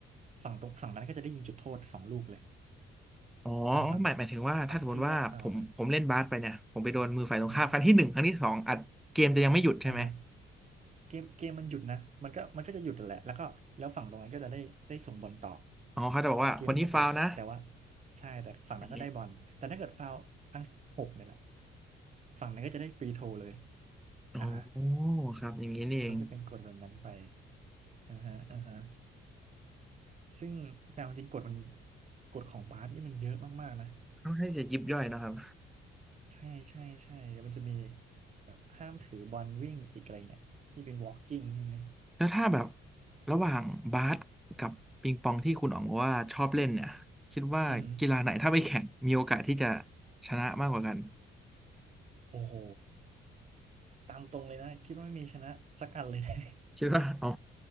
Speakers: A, on the right; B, in the centre.
A: ฝั่งตรงฝั่งนั้นก็จะได้ยิงจุดโทษสองลูกเลย
B: อ๋อ
A: อ่าฝั่ง
B: หมายหมายถึงว่าถ้าสมมติว่าผมผมเล่นบาสไปเนี่ยผมไปโดนมือฝ่ายตรงข้ามครั้งที่หนึ่งครั้งที่สองอัดเกมจะยังไม่หยุดใช่ไหม
A: ฝั่งที่ได้ฟาวล์นะอือฮึอ่าฮะ เกมเกมมันหยุดนะ มันก็มันก็จะหยุดแหละแล้วก็แล้วฝั่งตรงนั้นก็จะได้ได้ส่งบอลต่อ
B: อ๋อเขาจะบอกว่าคนนี้ฟาวล์นะ
A: เกมมันจะเบรกแต่ว่าใช่แต่ฝั่งนั้นก็ได้บอลแต่ถ้าเกิดฟาวล์ครั้งที่หกเนี่ยแหละ
B: อย่างเงี้ย
A: ฝั่งนั้นก็จะได้ฟรีโทเลย
B: อ๋อ
A: อ่า
B: ครับอย่างนี้นี่เอง
A: มันก็จะเป็นกฎแบบนั้นไปอ่าฮะอ่าฮะซึ่งแต่เอาจริงกฎมันกฎของบาสนี่มันเยอะมากๆนะ
B: ค่อนข้างจะยิบย่อยเนอะครับ
A: ใช่ใช่ใช่แล้วมันจะมีแบบห้ามถือบอลวิ่งอีกอะไรเงี้ยที่เป็น walking ใช่ไหม
B: แล้วถ้าแบบระหว่างบาสกับปิงปองที่คุณอ๋องบอกว่าชอบเล่นเนี่ยคิดว่ากีฬาไหนถ้าไปแข่งมีโอกาสที่จะ
A: อือฮึ
B: ชนะมากกว่ากัน
A: โอ้โห ตามตรงเลยนะคิดว่าไม่มีชนะสักอันเลยนะ
B: คิดว่าอ๋อ